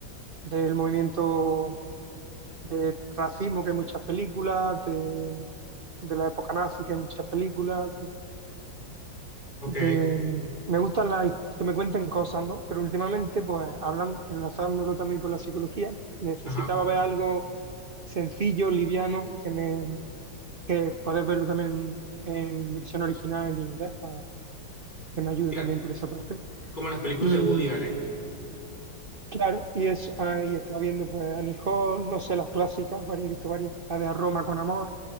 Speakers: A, on the right; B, on the left.
A: del movimiento de racismo que hay muchas películas, de, de la época nazi que hay muchas películas, de,
B: ok,
A: de- mm, me gustan las que me cuenten cosas, ¿no? Pero últimamente, pues, hablan, enlazándolo también con la psicología, necesitaba
B: ajá,
A: ver algo sencillo, liviano, que me que puedes verlo también en, versión original en inglés, para que me ayude
B: claro.
A: también por esa parte.
B: Como las películas
A: y
B: de Woody
A: mm,
B: Allen.
A: Claro, y es, ahí estaba viendo pues Annie Hall, no sé, las clásicas, varias, he visto varias, la de A Roma con amor,